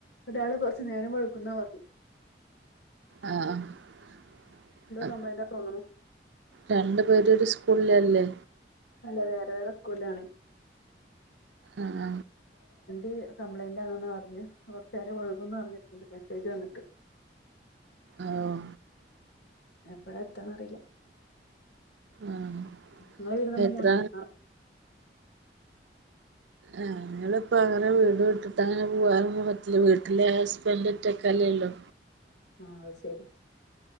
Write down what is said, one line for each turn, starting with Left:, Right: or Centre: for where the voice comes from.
Left: ഒരാള് കൊറച്ചുനേരം വെളുക്കുന്നേ വന്നു.
Right: ആഹ്
Left: കംപ്ലൈന്റാ തോന്നുണു
Right: രണ്ടുപേരും ഒരു. പിള്ളാരല്ലേ
Left: അല്ല വേറെ വേറെ സ്കൂലാണ്.
Right: ആഹ്
Left: ഈ കംപ്ലയിന്റ് ആണെന്ന് പറഞ്ഞ് കുറച്ചു നേരം വൈകുന്ന് പറഞ്ഞിട്ടുണ്ട്, മെസ്സേജ് വന്നിട്ട്.
Right: ഓഹ്
Left: എപ്പഴാ എത്താന്ന് അറിയില്ല.
Right: ആഹ്
Left: നിങ്ങള് വിരുന്നയെന്നും
Right: എത്ര
Left: പോണില്ല.
Right: ആഹ് ഞങ്ങള് ഇപ്പൊ വേറെ വീട് വിട്ടിട്ടാ അങ്ങനെ പോകവാനൊന്നും പറ്റില്ല, വീട്ടിലെ ഹസ്ബൻഡ് ഒറ്റക്കല്ലേയുള്ളൂ.
Left: ആഹ് ശരി